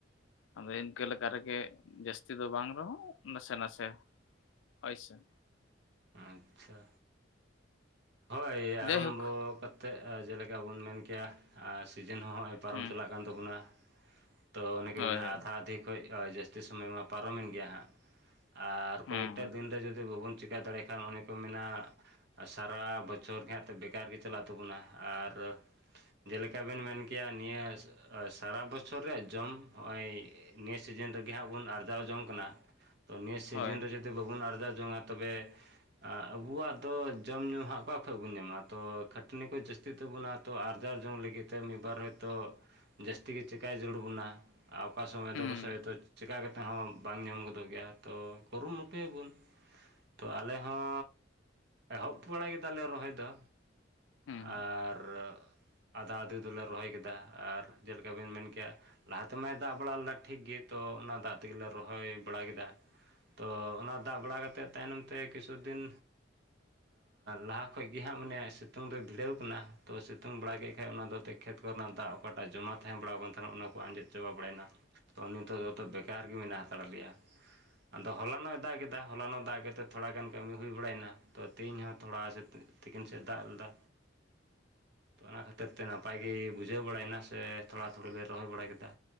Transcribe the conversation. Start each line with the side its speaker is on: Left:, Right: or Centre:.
Left: ᱟᱫᱚ ᱤᱱᱠᱟᱹ ᱞᱮᱠᱟ ᱨᱮᱜᱮ ᱡᱟᱹᱥᱛᱤ ᱫᱚ ᱵᱟᱝ ᱨᱮᱦᱚᱸ ᱱᱟᱥᱮ ᱱᱟᱥᱮ ᱦᱳᱭ ᱥᱮ
Right: ᱟᱪᱪᱷᱟ ᱦᱳᱭ ᱟᱨᱟᱢᱵᱚ
Left: ᱡᱟᱭᱦᱳᱠ
Right: ᱠᱟᱛᱮᱫ ᱡᱮᱞᱮᱠᱟ ᱵᱚᱱ ᱢᱮᱱ ᱠᱮᱭᱟ ᱥᱤᱡᱮᱱ ᱦᱚᱸ ᱱᱚᱜᱼᱚᱭ ᱯᱟᱨᱚᱢ
Left: ᱦᱩᱸ
Right: ᱪᱟᱞᱟᱜ ᱠᱟᱱ ᱛᱟᱵᱚᱱᱟ ᱛᱚ ᱚᱱᱮᱠᱮ
Left: ᱦᱳᱭ
Right: ᱢᱮᱱᱟ
Left: ᱦᱳᱭ
Right: ᱟᱫᱷᱟ ᱟᱫᱮ ᱠᱷᱚᱡ <unintelligible> ᱡᱟᱹᱥᱛᱤ ᱥᱚᱢᱚᱭ ᱢᱟ ᱯᱟᱨᱚᱢᱮᱱ ᱜᱮᱭᱟ ᱦᱟᱸᱜ ᱟᱨ
Left: ᱦᱩᱸ
Right: ᱠᱚᱭᱮᱠᱴᱟ ᱫᱤᱱᱨᱮ ᱡᱩᱫᱤ ᱵᱟᱵᱚᱱ ᱪᱮ ᱪᱤᱠᱟᱹ ᱫᱟᱲᱮ ᱠᱷᱟᱱ ᱚᱱᱮ ᱠᱚ ᱢᱮᱱᱟ ᱥᱟᱨᱟ ᱵᱚᱪᱷᱚᱨ ᱜᱮ <unintelligible> ᱵᱮᱠᱟᱨ ᱜᱮ ᱪᱟᱞᱟᱜ ᱛᱟᱵᱚᱱᱟ ᱟᱨ ᱡᱮᱞᱮᱠᱟ ᱵᱮᱱ ᱢᱮᱱ ᱠᱮᱭᱟ ᱱᱤᱭᱟᱹ ᱥᱟᱨᱟ ᱵᱚᱪᱷᱚᱨ ᱨᱮᱭᱟᱜ ᱡᱚᱢ ᱦᱚᱜᱼᱚᱭ ᱱᱤᱭᱟᱹ ᱥᱤᱡᱤᱱ ᱨᱮᱜᱮ ᱦᱟᱸᱜ ᱵᱚᱱ ᱟᱨᱡᱟᱣ ᱡᱚᱝ ᱠᱟᱱᱟ ᱛᱚ ᱱᱤᱭᱟᱹ ᱥᱤᱡᱤᱱ
Left: ᱦᱳᱭ
Right: ᱨᱮ ᱡᱩᱫᱤ ᱡᱩᱫᱤ ᱵᱟᱵᱚᱱ ᱟᱨᱡᱟᱣ ᱡᱚᱝᱟ ᱛᱚᱵᱮ ᱟᱵᱚᱣᱟᱜ ᱫᱚ ᱡᱚᱢ ᱧᱩ ᱦᱟᱸᱜ ᱚᱠᱟ ᱠᱷᱚᱡ ᱵᱚᱱ ᱧᱟᱢᱟ ᱛᱚ ᱠᱷᱟᱹᱴᱟᱹᱱᱤ ᱠᱚ ᱡᱟᱹᱥᱛᱤᱜ ᱛᱟᱵᱚᱱᱟ ᱛᱚ ᱟᱨᱡᱟᱣ ᱡᱚᱝ ᱞᱟᱹᱜᱤᱫ ᱛᱮ ᱢᱤᱫ ᱵᱟᱨ ᱛᱚ ᱡᱟᱹᱥᱛᱤ ᱜᱮ ᱪᱤᱠᱟᱭ ᱡᱟᱹᱨᱩᱲ ᱵᱚᱱᱟ ᱚᱠᱟ ᱥᱚᱢᱚᱭᱫᱚ
Left: ᱦᱩᱸ
Right: ᱯᱟᱥᱮᱡ ᱪᱮᱠᱟ ᱠᱟᱛᱮ ᱛᱮᱦᱚᱸ ᱵᱟᱝ ᱧᱟᱢ ᱜᱚᱫᱚᱜ ᱜᱮᱭᱟ ᱛᱚ ᱠᱩᱨᱩᱢᱩᱴᱩᱭᱟᱵᱚᱱ ᱛᱚ ᱟᱞᱮ ᱦᱚᱸ ᱮᱦᱚᱵ ᱵᱟᱲᱟ ᱠᱮᱫᱟᱞᱮ ᱨᱚᱦᱚᱭ ᱫᱚ
Left: ᱦᱩᱸ
Right: ᱟᱨ ᱟᱫᱷᱟ ᱟᱫᱷᱮ ᱫᱚᱞᱮ ᱨᱚᱦᱚᱭ ᱠᱮᱫᱟ ᱟᱨ ᱡᱮᱞᱮᱠᱟ ᱵᱮᱱ ᱢᱮᱱ ᱠᱮᱭᱟ ᱞᱟᱦᱟ ᱛᱮᱢᱟᱭ ᱫᱟᱜ ᱵᱟᱲᱟ ᱞᱮᱫᱟ ᱴᱷᱤᱠ ᱜᱮ ᱛᱚ ᱚᱱᱟ ᱫᱟᱜ ᱛᱮᱜᱮ ᱨᱚᱦᱚᱭ ᱵᱟᱲᱟ ᱠᱮᱫᱟ ᱛᱚ ᱚᱱᱟ ᱫᱟᱜ ᱵᱟᱲᱟ ᱠᱟᱛᱮᱫ ᱛᱟᱭᱱᱚᱢ ᱛᱮ ᱠᱤᱪᱷᱩ ᱫᱤᱱ ᱞᱟᱦᱟ ᱠᱷᱚᱡ ᱜᱮ ᱦᱟᱸᱜ ᱢᱟᱱᱮ ᱥᱤᱛᱩᱝ ᱫᱚ ᱵᱷᱤᱲᱟᱹᱣ ᱟᱠᱟᱱᱟ ᱛᱚ ᱥᱤᱛᱩᱝ ᱵᱟᱲᱟ ᱠᱮᱫ ᱠᱷᱟᱡ ᱚᱱᱟ ᱫᱚ ᱠᱷᱮᱛ ᱠᱚᱨᱮᱱᱟᱜ ᱫᱟᱜ ᱚᱠᱟᱴᱟᱜ ᱡᱚᱢᱟ ᱛᱟᱦᱮᱸ ᱵᱟᱲᱟᱣᱟᱱ ᱛᱟᱦᱮᱱᱟ ᱚᱱᱟᱠᱚ ᱟᱸᱡᱮᱫ ᱪᱟᱵᱟ ᱵᱟᱲᱟᱭᱮᱱᱟ ᱛᱚ ᱱᱤᱛᱚᱜ ᱫᱚᱛᱚ ᱵᱮᱠᱟᱨ ᱜᱮ ᱢᱮᱱᱟᱜ ᱦᱟᱛᱟᱲ ᱞᱮᱭᱟ ᱟᱫᱚ ᱦᱚᱞᱟᱱᱚᱭ ᱫᱟᱜ ᱠᱮᱫᱟ ᱦᱚᱞᱟᱱᱚᱜ ᱫᱟᱜ ᱠᱟᱛᱮᱫ ᱛᱷᱚᱲᱟ ᱜᱟᱱ ᱠᱟᱹᱢᱤ ᱦᱩᱭ ᱵᱟᱲᱟᱭᱮᱱᱟ ᱛᱚ ᱛᱮᱦᱧ ᱦᱚᱸ ᱛᱷᱚᱲᱟ ᱥᱮ ᱛᱤᱠᱤᱱ ᱥᱮᱫ ᱫᱟᱜ ᱞᱮᱫᱟ
Left: ᱩᱩ <inaudible>
Right: ᱛᱚ ᱚᱱᱟ ᱠᱷᱟᱹᱛᱤᱨ ᱛᱮ ᱱᱟᱯᱟᱭ ᱜᱮ ᱵᱩᱡᱷᱟᱹᱣ ᱵᱟᱲᱟᱭᱮᱱᱟ ᱥᱮ ᱛᱷᱚᱲᱟ ᱛᱷᱩᱲᱤ ᱞᱮ ᱨᱚᱦᱚᱭ ᱵᱟᱲᱟ ᱠᱮᱫᱟ